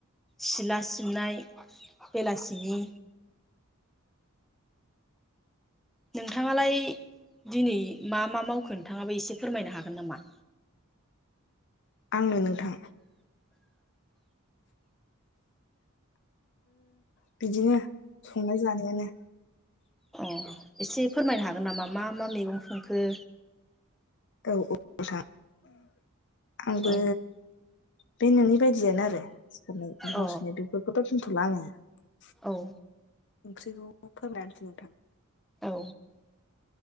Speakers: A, in the centre; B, on the left (about 55°).
A: सिला सिबनाय बेलासिनि नोंथाङालाय दिनै मा मा मावखो नोंथाङाबो एसे फोरमायनो हागोन नामा?
B: आंनो नोंथां बिदिनो संनाय जानायानो
A: अ एसे फोरमायनो हागोन नामा मा मा मैगं संखो
B: औ औ नोंथां आंबो
A: अ
B: बे नोंनि बायदियानो आरो संनायाव
A: अ
B: सुनाय बेफोरखौथ' थलाङ <unintelligible>
A: औ
B: ओंख्रिखौ फोरमायानोसै नोंथां
A: औ